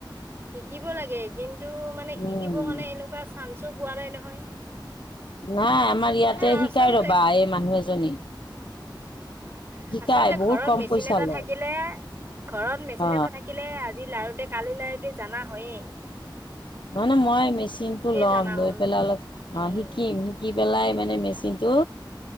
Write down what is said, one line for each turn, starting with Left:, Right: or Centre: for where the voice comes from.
Right: শিকিব লাগে কিন্তু মানে
Left: উম
Right: শিকিবৰ কাৰণে এনেকুৱা চান্সও পোৱা নাই নহয়।
Left: নাই আমাৰ ইয়াতে
Right: মানে আচলতে
Left: শিকাই ৰবা এই মানুহ এজনী
Right: অঁ
Left: শিকাই
Right: আচলতে
Left: বহুত
Right: ঘৰত
Left: কম
Right: মেচিন
Left: পইচা
Right: এটা
Left: লয়
Right: থাকিলে ঘৰত মেচিন
Left: অ
Right: এটা থাকিলে। আজি লাৰুতে কালিৰ জাননা হয়য়ে
Left: মানে মই মেচিনটো ল'ম
Right: জানা
Left: লৈ
Right: হ'ল
Left: পেলাই অলপ
Right: উম
Left: অঁ শিকিম শিকি। পেলাই মানে মেচিন
Right: অ
Left: টো।